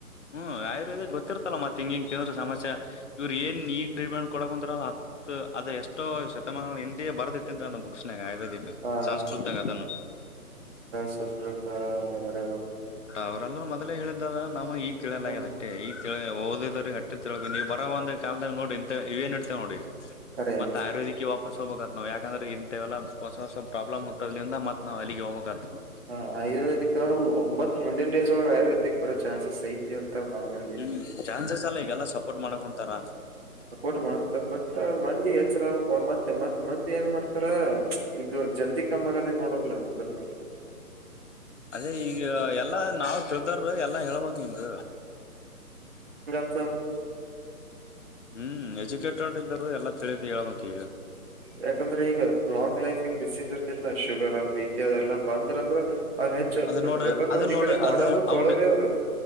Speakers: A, on the left; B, on the right.
A: ಹ್ಮ್ ಆಯುರ್ವೇದ ಗೊತ್ತಿರ್ತಲ್ಲ ಮತ್ತೆ ತೆಂಗಿಂಗ ತಿಿಂದ್ರ ಸಮಸ್ಯೆ ಇವರು ಏನ್ ಈಗ ಟ್ರೀಟ್ಮೆಂಟ್ ಕೊಡಂದ್ರ ಅ ಹ ಅದ ಎಷ್ಟೋ ಶತಮಾನ ಹಿಂದಿೆ ಬರ್ದಿಟ್ಟಂತ ಒ ಬುಕ್ಸ್ ನಾಗ ಆಯುರ್ವೇದಿಕ್
B: ಹಾ
A: ಸಂಸ್ಕೃತಾಗ ಅದನ್ನು
B: ಶುಶ್ರತಾ ಅವರರ
A: ಅವ್ರಲ್ಲರು ಮದ್ಲೇ ಹೇಳಿದಾರ ನಮ ಈ ತಿಳಿಯಲದ
B: ಹ್ಮ್
A: ಅಷ್ಟೇ ಈ ತಿ ಟ್ಟಿ ನೀವು ಬರೋ ಒಂದ ಕಾಲದಲ್ಲಿ ನೋಡಿ ಇ ಇವ ಏನ್ ಇಡತೇವೆ ನೋಡಿ
B: ಕರೆ
A: ಮತ್ತ
B: ಐತಿ
A: ಆಯುರ್ವೇದಿ ಹೊಸಸ್ ಹೋಗಬೇಕ ನಾವು ಯಾಕಂದೆ ಇಂಥವೆಲ್ಲ ಹೊಸ ಹೊಸ ಪ್ರಾಬ್ಲಮ್ುದಿಂದ ಮತ್ತು ನಾವು ಅಲ್ಲಿಗೆ ಹೋಗ್ಬೇಕ ನವು
B: ಹ ಆಯುರ್ವೇದಿಕ್ ಒಂಬತ್ ಮುಂಡಿನ ದಿವಸ ಒಳ ಆಯುರ್ವೇದಕ್ ಬರೋ ಚಾನ್ಸಸ್ ಐತಿ ಅಂತಾರ ಬಾಳ ಮಂದಿ
A: ನಿ ಚಾನ್ಸಸ್ ಅಲ್ಲ ಈಗೆಲ್ಲಾ ಸಪೋರ್ಟ್ ಮಾಡಕೊಂತಾರ
B: ಸಪೋಟ್ ಮಾಡ್ತಾರ ಬಟ್ ಮಂದಿ ಎಚ್ಚರ ಆಗ ಮತ್ತೆ ಮತ್ತೆ ಮಂದ ಏನ್ ಮಾಡ್ತಾರ ಇದು ಜಲ್ದಿ ಕಮ್ಮ್ ಆಗದೆ ನೋಡ್ರಲ್ಲ ಇದ್ರನು
A: ಅದೇ ಈಗ ಎಲ್ಲಾ ನಾವ್ ತಿಳ್ದಾರ ಎಲ್ಲಾ ಹೇಳ್ಬೇಕಕ್ ಹಿಂಗ
B: ಗ
A: ಹ್ಮ್ ಎಜುಕೇಟೆಡ್ ಇದ್ದರು ಎಲ್ಲಾ ತಿಳಿದು ಹೇಳ್ಬೇಕಕ್ ಈಗ
B: ಯಾಕಂದ್ರೆ ಈಗ ಲಾಂಗ್ ಲೈಫಿಂಗ್ ಡಿಸೀಸ್ ಇರ್ತಿತ್ಲಾ ಶುಗರ್ ಪಿ ಕೆ ಎಲ್ಲಾ ಬಂದ್ರ ಅಂದ್ರ ಅ್ರ ಹೆಚ್ಚ
A: ಅದ ನೋಡ
B: ಪ್ರೆಪರ್
A: ಅದ
B: ಈ
A: ನೋಡ
B: ಕಡೆ ಮಾಡರ್ನ್
A: ಅದ
B: ತೊಳೋ್ರ
A: ಔಡ್
B: ಅವ್ರು